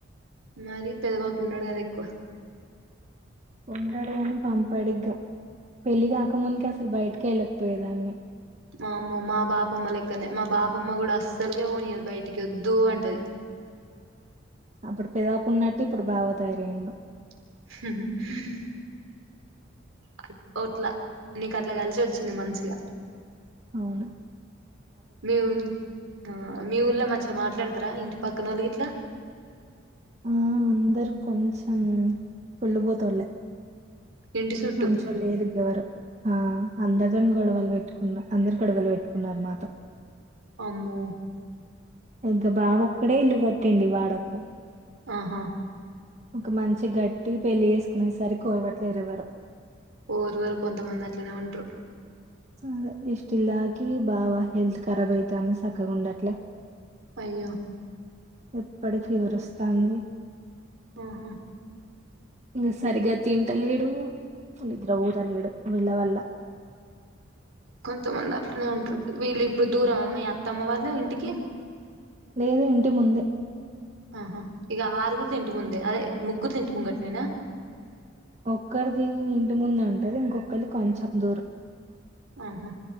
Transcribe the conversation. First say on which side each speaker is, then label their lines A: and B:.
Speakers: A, on the right; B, on the right.
A: మరి పెద్దబాపు ఉండడు గదా ఎక్కువ
B: ఉండడుగని పంపాడిగా పెళ్ళి కాకముందుకి అసలు బయటకి ఎళ్ళకపోయేదాన్ని
A: వామ్మో మా బాపమ్మ లెక్కనే మా బాపమ్మ గుడా అస్సలకే పోనియదు బయటికి వద్దూ అంటది
B: అప్పుడు పెదబాపు ఉన్నట్టు ఇప్పుడు బావ తయారైండు
A: <inaudible> అ ఒట్ల నీకు అట్ల కలిశి ఒచ్చింది మంచిగా
B: ఔను
A: మీ ఉ ఆ మీ ఊళ్ళ మంచిగ మాట్లాడ్ తరా ఇంటి పక్కనోళ్లు గిట్ల
B: ఆ అందరు కొంచం కుళ్ళుబోతోల్లే
A: ఇంటి చుట్టూ
B: మంచోళ్ లేరు ఇగ ఎవరు ఆ అందరితోని గొడవలు వెట్టుకున్న అందరు గొడవలు వెట్టుకున్నరు మాతో
A: అమ్మో
B: ఇంగ బావొక్కడే ఇల్లు కట్టిండు ఇ వాడకు
A: అహా
B: ఒక మంచి గట్టి పెళ్లి చేస్కునేసరికి ఓర్వట్లేదు
A: ఓర్వరు కొంతమంది అట్లనే ఉంట్రు
B: అదే ఇస్ట్ ఇల్లాకి బావ హెల్త్ కరాబైతాంది సక్కగుండట్లే
A: అయ్యో
B: ఎప్పుడి ఫీవర్ ఒస్తాంది
A: ఆహా
B: ఇంగ సరిగా తింటలేడు నిద్ర పోతలెడు వీళ్ళ వల్ల
A: కొంతమంది అట్లనే ఉంట్రు వీళ్ళు ఇప్పుడు దూరమా మీ అత్తమ్మ వాళ్ళు ఇంటికి
B: లేదు ఇంటి ముందే
A: ఆహా ఇగ ఆరుగురిదింటి ముందే అదే ముగ్గురు ఇంటి ముంగట్నేనా
B: ఒక్కర్ది ఇంటి ముందు ఉంటుంది ఇంకొకల్ది కొంచెం దూరం
A: ఆహా